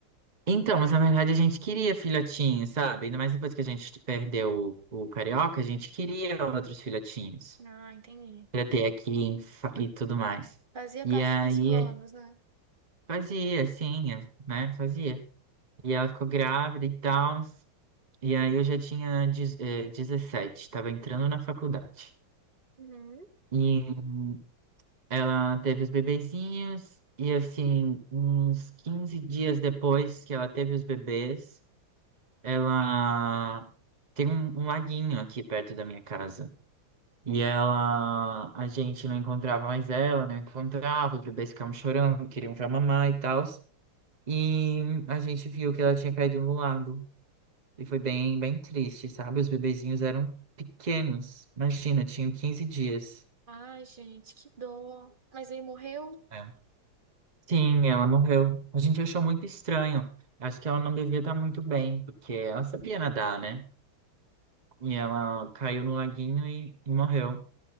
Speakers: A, on the right; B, on the right.
A: Então, mas na verdade a gente queria filhotinhos, sabe? Ainda mais depois que a gente perdeu o, o Carioca, a gente queria outros filhotinhos
B: Ah, entendi.
A: pra ter aqui em fa- e tudo mais.
B: Fazia
A: E
B: parte
A: aí
B: dos planos, né?
A: fazia, assim, né? Fazia. E ela ficou grávida e tal. E aí eu já tinha dez- eh, 17, tava entrando na faculdade.
B: Uhum.
A: E ela teve os bebezinhos, e assim, uns 15 dias depois que ela teve os bebês. ela tem um, um laguinho aqui perto da minha casa. E ela, a gente não encontrava mais ela, não encontrava, os bebês ficavam chorando, queriam já mamar e tal. E a gente viu que ela tinha caído no lago. E foi bem, bem triste, sabe? Os bebezinhos eram pequenos. Imagina, tinham 15 dias.
B: Ai, gente, que dor. Mas aí morreu.
A: É. Sim, ela morreu. A gente achou muito estranho. Acho que ela não devia estar muito bem, porque ela sabia nadar, né? E ela caiu no laguinho e, e morreu.